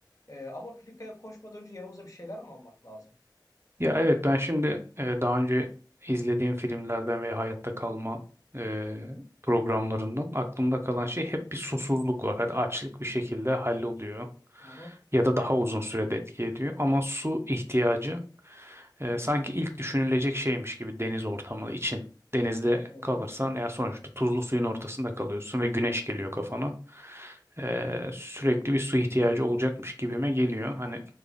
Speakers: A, on the left; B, on the right.
A: Ee, ama Filika'ya koşmadan önce yanımıza bir şeyler mi almak lazım?
B: Ya evet ben şimdi e, daha önce izlediğim filmlerden ve hayatta kalma e, programlarından aklımda kalan şey hep bir susuzluk var. Hadi açlık bir şekilde halloluyor
A: Hı hı,
B: ya da daha uzun sürede etki ediyor ama su ihtiyacı e, sanki ilk düşünülecek şeymiş gibi deniz ortamı için. Denizde
A: hı hı.
B: kalırsan ya sonuçta tuzlu suyun ortasında kalıyorsun ve güneş geliyor kafana. E, sürekli bir su ihtiyacı olacakmış gibime geliyor. Hani